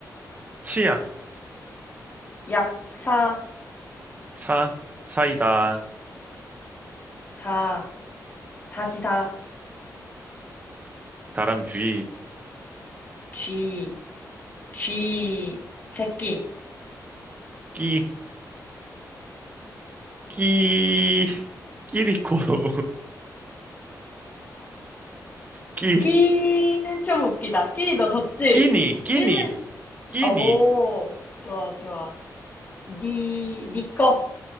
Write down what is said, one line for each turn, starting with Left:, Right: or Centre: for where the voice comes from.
Right: 치약,
Left: 약사,
Right: 사, 사이다,
Left: 다, 다시 다,
Right: 다람쥐,
Left: 쥐, 쥐, 새끼.
Right: 끼, 끼, 끼리코, <laughs> 끼,
Left: 끼는 좀 웃기다. 끼 너 졌지?
Right: 끼니, 끼니,
Left: 끼는
Right: 끼니,
Left: 오 좋아 좋아. 니니거